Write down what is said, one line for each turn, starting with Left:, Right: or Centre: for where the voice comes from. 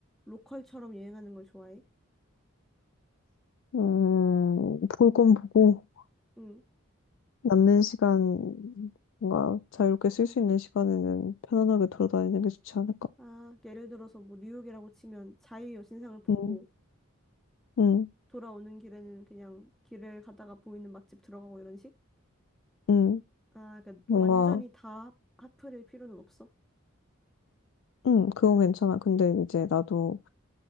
Centre: 로컬처럼 여행하는 걸 좋아해?
Left: 음, 볼 건 보고,
Centre: 응.
Left: 남는 시간, 뭔가 자유롭게 쓸 수 있는 시간에는 편안하게 돌아다니는 게 좋지 않을까.
Centre: 아, 예를 들어서 뭐 뉴욕이라고 치면 자유여신상을 보고
Left: 응, 응,
Centre: 돌아오는 길에는 그냥 길을 가다가 보이는 맛집 들어가고 이런 식?
Left: 응,
Centre: 아, 그러니까
Left: 뭔가,
Centre: 완전히 다 핫- 핫플일 필요는 없어.
Left: 응, 그건 괜찮아. 근데 이제 나도,